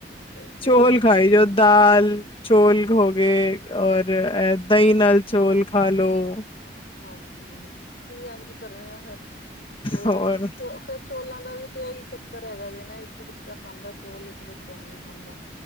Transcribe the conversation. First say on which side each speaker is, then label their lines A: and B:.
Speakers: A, on the left (about 60°); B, on the left (about 30°).
A: ਸਹੀ ਕਹਿ
B: ਚੋਲ,
A: ਰਹੇ ਹੋ
B: ਖਾਈ ਜਾਉ ਦਾਲ, ਚੋਲ, ਹੋਗੇ, ਔਰ ਦਹੀਂ ਨਾਲ ਚੋਲ ਖਾ ਲੋੋ।
A: ਹਾਂਜੀ, ਅਸੀਂ ਵੀ ਇਂਜੀ ਕਰ ਰਹੇ ਹਾਂ, ਫੇਰ ਚੋਲ
B: ਹੋਰ
A: ਵੀ ਫ ਚੋਲਾਂ, ਦਾ ਵੀ ਤੇ ਇਹੀ ਚੱਕਰ ਹੈਗਾ ਜੇ ਨਾ, ਇੱਕ ਬੱਚਾ ਖਾਂਦਾ ਚੋਲ, ਇੱਕ ਬੱਚਾ ਨਹੀਂ ਖਾਂਦਾ